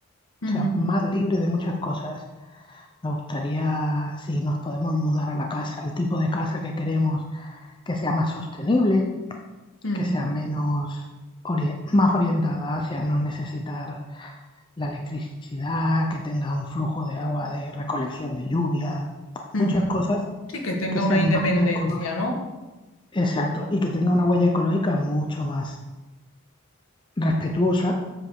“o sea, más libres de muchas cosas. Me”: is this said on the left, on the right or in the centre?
Left